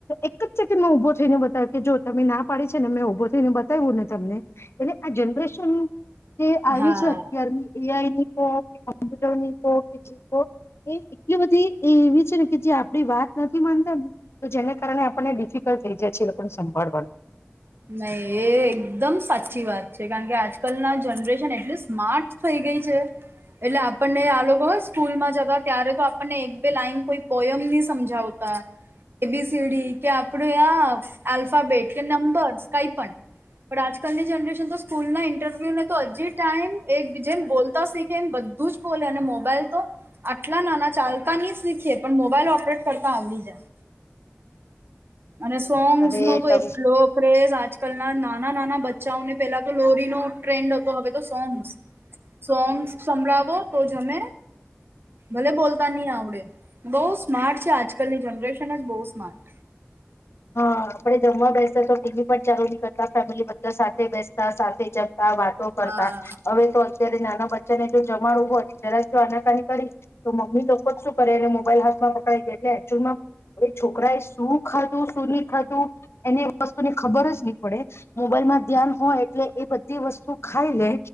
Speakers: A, on the left; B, on the right.
A: એક જ સેકન્ડ મા ઉભો થઈને બતાવે કે જો તમે ના પાડી છે ને મેં ઉભો થઈને બતાયવું ને તમને. એટલે આ જનરેશન જે આવી
B: હા
A: છે એ આઈ ની કહો કે કોમ્પ્યુટર ની કહો કે જી કહો એ એટલી બધી એ એવી છે ને કે જે આપડી વાત નથી માનતા ને તો જેને કારણે આપણને ડિફિકલ્ટ થઈ જાય છે એ લોકોને સંભાળવાનું.
B: નહી એ એકદમ સાચી વાત છે. કારણ કે આજકાલ ના જનરેશન એટલી સ્માર્ટ થઈ ગઈ છે, એટલે આપણને આ લોકો સ્કૂલમાં જતા ત્યારે તો આપણને એક બે લાઈન કોઈ પોયમ નહી સમજાવતા, એ બી સી ડી કે આપડે આ આલ્ફાબેટ કે નંબર કાઈ પન, પણ આજકાલની જનરેશન તો સ્કૂલ ના ઇન્ટરવ્યુને તો હજી ટાઈમ એક જેમ બોલતા શીખે એમ બધું જ બોલે, અને મોબાઈલ તો આટલા નાના ચાલતા ની શીખે પણ મોબાઈલ ઓપરેટ કરતા આવડી જાય. અને સોંગ્સ
A: અરે
B: નો તો
A: તમે
B: એટલો ક્રેઝ આજ કલના નાના-નાના બચ્ચાઓને પેલા તો લોરીનો ટ્રેન્ડ હતો, હવે તો સોંગ્સ. સોંગ્સ સંભળાવો તો જમે, ભલે બોલતા નહી આવડે. બઉ સ સ્માર્ટ છે આજકાલની જનરેશ ન જ બહુ સ્માર્ટ
A: હા આપણે જમવા બેસતા તો ટી વી પણ ચાલુ નહી કરતા, ફેમિલી બધા સાથે બેસતા સાથે જમ તા, વાતો કરતા
B: હા
A: હવે તો અત્યારે નાના બ ચ્ચાને જો જમાડું હોય જરાક જો આનાકાની કરી તો મમ્મી લોકો જ શું કરે એને મોબાઈલ હાથમાં પકડાઈ દે, એટલે એકચ્યુલમાં એ છોકરા એ શું ખાધ તો સુનિલ ખાતું એની વસ્તુને ખબર જ નહી પડે મોબાઈલમાં ધ્યાન હોય એટલે એ બધી વસ્તુ ખાઈ લે